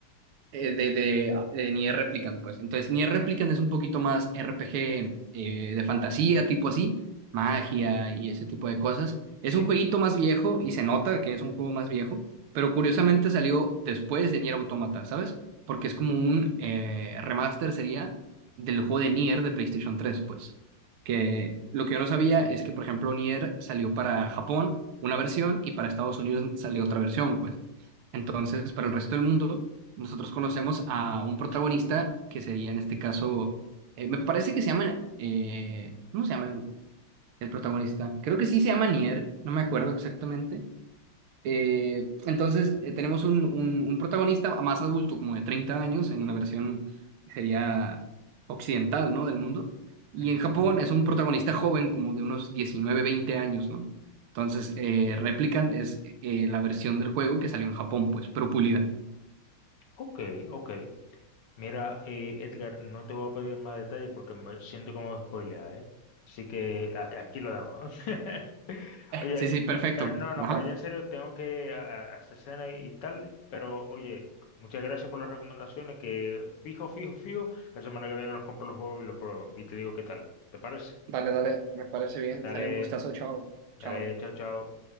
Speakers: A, on the right; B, on the left.
A: eh, de, de, ah, de Nier Replicant, pues. Entonces, Nier Replicant es un poquito más RPG eh, de fantasía, tipo así, magia
B: ujú, ujú,
A: y ese tipo de cosas. Es
B: sí,
A: un jueguito más viejo y se nota que es un juego más viejo, pero curiosamente salió después de Nier Automata, ¿sabes? Porque es como un eh, remaster, sería, del juego de Nier de PlayStation tres pues. Que lo que yo no sabía es que, por ejemplo, Nier salió para Japón una versión y para Estados Unidos salió otra versión, pues. Entonces, para el resto del mundo, nosotros conocemos a un protagonista que sería en este caso, eh, me parece que se llama, eh, ¿cómo se llama el, el protagonista? Creo que sí se llama Nier, no me acuerdo exactamente. Eh, entonces, eh, tenemos un, un, un protagonista más adulto, como de 30 años, en una versión sería occidental, ¿no? Del mundo. Y
B: ujú,
A: en Japón
B: ujú.
A: es un protagonista joven, como de unos 19 20 años, ¿no? Entonces, eh, Replicant es eh, la versión del juego que salió en Japón, pues, pero pulida.
B: Ok, ok. Mira, eh, Edgar, no te voy a pedir más detalles porque me siento como spoilear, ¿eh? Así que aquí, aquí lo damos. <laughs> Oye,
A: Sí, sí, perfecto.
B: pero no, no,
A: Ajá.
B: pero ya en serio tengo que a- a- hacer cena y tal, pero oye, muchas gracias por las recomendaciones que fijo, fijo, fijo, la semana que viene los compro los juegos y los pruebo y te digo qué tal. ¿Te parece?
A: Dale, dale, me parece bien.
B: Dale,
A: Sale un gustazo, chao.
B: dale,
A: Chao.
B: chao, chao.